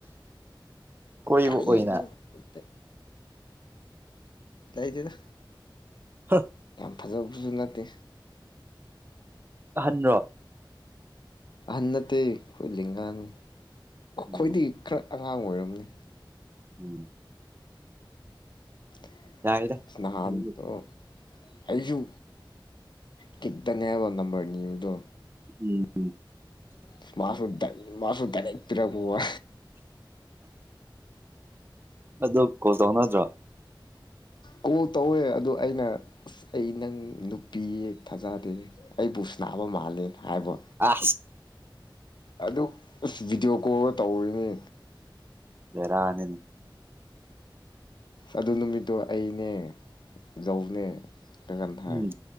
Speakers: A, on the right (about 25°); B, on the left (about 60°).
A: ꯀꯣꯏꯕ
B: ꯀꯔꯤ
A: ꯑꯣꯏꯅ
B: ꯄꯠꯇ ꯏꯗꯗ
A: ꯍꯥ
B: ꯐꯖꯕꯕꯁꯨ ꯅꯠꯇꯦ
A: ꯑꯍꯟ꯭ꯔꯣ
B: ꯑꯍꯟꯅꯠꯇ ꯑꯩꯈꯣꯏ ꯂꯤꯒꯥꯅꯤ
A: ꯎꯝ
B: ꯈꯣꯏꯗꯤ ꯈꯔ ꯑꯉꯥꯡ ꯑꯣꯏꯔꯝꯅꯤ
A: ꯎꯝ
B: <unintelligible>
A: ꯌꯥꯏꯗ
B: ꯁ ꯅꯍꯥꯟꯗ
A: ꯑꯗꯨꯗꯤ
B: ꯑꯩꯁꯨ ꯀꯤꯛꯇꯅꯦꯕ ꯅꯝꯕꯔ ꯅꯤꯗꯣ
A: ꯎꯝ
B: ꯏꯁꯃꯥꯗ ꯃꯥꯁꯨ ꯇꯔ ꯇꯔꯄꯣ
A: ꯑ ꯑꯗꯨ ꯀꯣ ꯇꯧ ꯅꯗ꯭ꯔꯥ
B: ꯀ ꯇꯧꯋꯦ ꯑꯗꯣ ꯑꯩꯅ ꯑꯁ ꯑꯩ ꯅꯪ ꯅꯨꯄꯤ ꯊꯥꯖꯗꯦ ꯑꯩꯕꯨ ꯁꯅꯥꯕ ꯃꯥꯜꯂꯦ ꯍꯥꯏꯕ
A: ꯑ
B: ꯑꯗꯨ ꯑꯁ ꯚꯤꯗꯤꯑꯣ ꯀꯣꯜꯒ ꯇꯧꯔꯤꯅꯤ
A: ꯂꯩꯔꯅꯤꯅꯤ
B: ꯑꯗꯨ ꯅꯨꯃꯤꯠꯇꯣ ꯑꯩꯅꯦ ꯖꯧꯅꯦ ꯂꯒꯟ ꯊꯥꯏ
A: ꯎꯝ